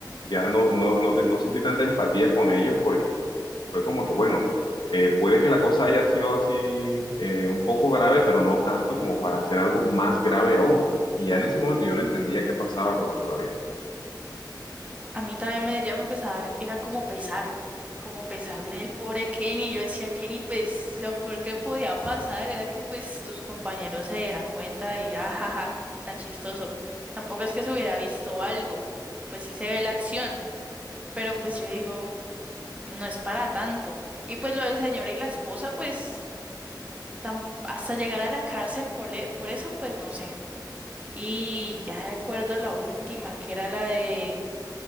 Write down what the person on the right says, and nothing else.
A mí también me, ya me empezaba a dar, era como pesar, como pesar del pobre Kenny, yo decía, Kenny, pues, o sea, ¿por qué podía pasar? Era que pues tus compañeros se dieran cuenta y ajaja, tan chistoso. Tampoco es que se hubiera visto algo, pues sí se ve la acción, pero pues yo digo... no es para tanto. Y pues lo del señor y la esposa, pues tam- hasta llegar a la cárcel por, le- por eso, pues no sé. Y ya recuerdo la última, que era la de,